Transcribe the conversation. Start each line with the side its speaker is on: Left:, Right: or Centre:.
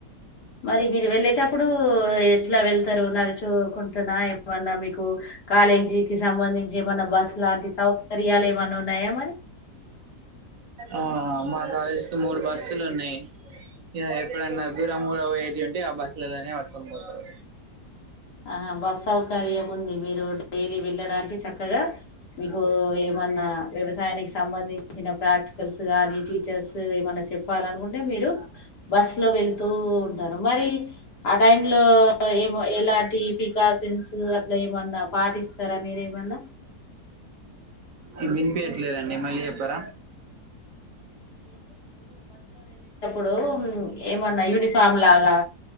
Left: మరి మీరు వెళ్ళేటప్పుడు ఎట్లా వెళ్త నడుచుకుంటున్నా ఏమన్నా మీకు కాలేజీ క సంబంధించి ఏమన్నా బస్సు లాంటి సౌకర్యాలు ఏమన్నా ఉన్నాయా మరి
Right: ఆ మా కాలేజ్ కి మూడు బస్సులు ఉన్నాయి ఇ ఎప్పుడైన్నా దూరం కూడా పోయిటీవి ఉంటే ఆ బస్సులలోనే పట్టుకొని పోతారు
Left: ఆహా బస్ సౌకర్యం ఉంది మీరు డైలీ వెళ్ళడానికి చక్కగా మీకు ఏమన్నా వ్యవసాయానికి సంబంధించిన ప్రాక్టికల్స్ కానీ టీచర్స్ ఏమన్నా చెప్పాలనుకుంటే మీరు బస్ లో వెళతూ ఉంటారు మరి ఆ టైమ్ లో ఏమో ఎలాంటి ఫికాసిన్స్ అట్లా ఏమన్నా పాటిస్తారా మీరేమన్నా
Right: ఈ వినిపయట్లేదండి మలయపుర
Left: ఇప్పుడు ఏమన్నా యూనిఫార్మ్ లాగా